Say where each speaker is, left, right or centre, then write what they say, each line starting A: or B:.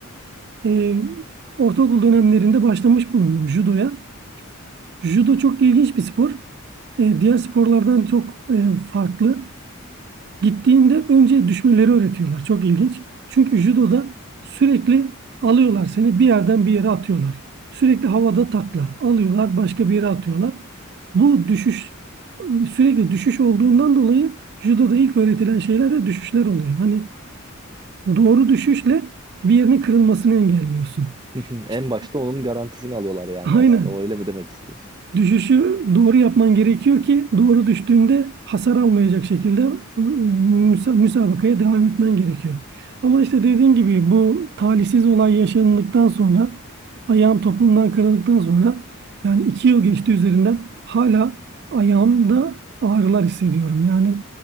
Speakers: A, on the right (about 50°); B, on the right (about 20°).
A: Ee, ortaokul dönemlerinde başlamış bulundum judoya. Judo çok ilginç bir spor. E, diğer sporlardan çok e, farklı. Gittiğinde önce düşmeleri öğretiyorlar. Çok ilginç. Çünkü judoda sürekli alıyorlar seni bir yerden bir yere atıyorlar. Sürekli havada takla alıyorlar başka bir yere atıyorlar. Bu düşüş sürekli düşüş olduğundan dolayı judoda ilk öğretilen şeyler de düşüşler oluyor. Hani doğru düşüşle bir yerinin kırılmasını engelliyorsun.
B: <laughs> En
A: İşte,
B: başta onun garantisini alıyorlar yani
A: aynen.
B: aslında. O öyle mi demek istiyorsun?
A: Düşüşü doğru yapman gerekiyor ki doğru düştüğünde hasar almayacak şekilde ıı, müsa- müsabakaya devam etmen gerekiyor. Ama işte dediğim gibi bu talihsiz olay yaşandıktan sonra ayağım topuğumdan kırıldıktan sonra yani iki yıl geçti üzerinden hala ayağımda ağrılar hissediyorum. Yani